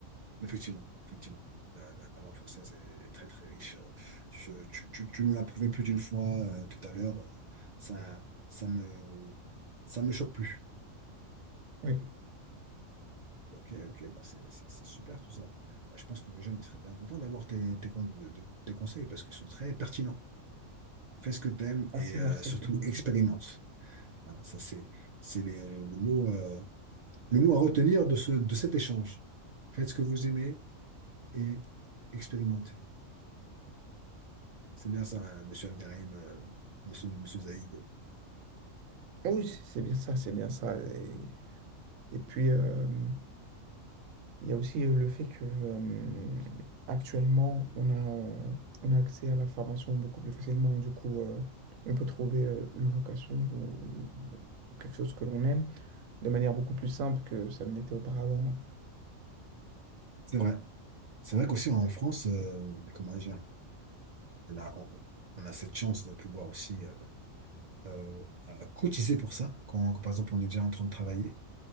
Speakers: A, on the right; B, on the right.
A: Effectivement, effectivement. La, la- la langue française est, est très très riche. Je- tu, tu- tu nous l'as prouvé plus d'une fois euh, tout à l'heure. Euh, Ça, ça ne, ça ne me choque plus.
B: Oui.
A: Ok, ok, bah c'est c'est- c'est super tout ça. Bah, je pense que les jeunes, ils seraient bien contents d'avoir tes, tes, con- de- de- tes conseils parce qu'ils sont très pertinents. Fais ce que tu aimes
B: Merci,
A: et euh,
B: merci,
A: surtout
B: c'est gentil.
A: expérimente. Voilà, ça c'est c'est les- le mot, euh, le mot à retenir de ce, de cet échange. Faites ce que vous aimez et expérimentez. C'est bien ça, euh, monsieur Abderrahim, euh, monsieur, monsieur Zaïd.
B: Ah oui, c'est c'est bien ça, c'est bien ça. Et, et puis, euh, il y a aussi euh, le fait que euh, actuellement, on a, euh, on a accès à l'information beaucoup plus facilement. Du coup, euh, on peut trouver euh, une vocation ou, ou quelque chose que l'on aime de manière beaucoup plus simple que ça ne l'était auparavant.
A: C'est vrai. C'est vrai qu'aussi en France, euh, comment dire, on a, on, on a cette chance de pouvoir aussi euh, euh, euh, cotiser pour ça, quand, quand, par exemple on est déjà en train de travailler